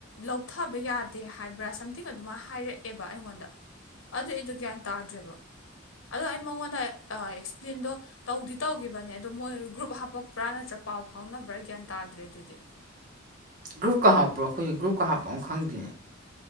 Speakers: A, on the left (about 85°); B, on the right (about 45°).
A: ꯂꯧꯊꯥꯕ ꯌꯥꯗꯦ ꯍꯥꯏꯕ꯭ꯔꯥ ꯁꯝꯊꯤꯡ ꯑꯗꯨꯃꯥꯏꯅ ꯍꯥꯏꯔꯛꯑꯦꯕ ꯑꯩꯉꯣꯟꯗ ꯑꯗꯨ ꯑꯩꯗꯨ ꯒ꯭ꯌꯥꯟ ꯇꯥꯗ꯭ꯔꯦꯕ ꯑꯗꯣ ꯑꯩ ꯃꯉꯣꯟꯗ ꯑꯦꯛꯁꯄ꯭ꯂꯦꯟꯗꯣ ꯇꯧꯗꯤ ꯇꯧꯈꯤꯕꯅꯦ ꯑꯗꯣ ꯃꯣꯏ ꯒ꯭ꯔꯨꯞ ꯍꯥꯞꯄꯛꯄ꯭ꯔꯥ ꯅꯠꯇ꯭ꯔ ꯄꯥꯎ ꯐꯥꯎꯅꯕ꯭ꯔꯥ ꯒ꯭ꯌꯥꯟ ꯇꯥꯗ꯭ꯔꯦ ꯑꯗꯨꯗꯤ
B: ꯒ꯭ꯔꯨꯞꯀ ꯍꯥꯞꯄ꯭ꯔꯣ ꯑꯩꯈꯣꯏ ꯒ꯭ꯔꯨꯞꯀ ꯍꯥꯞꯄ ꯑꯝ ꯈꯪꯗꯦꯌꯦ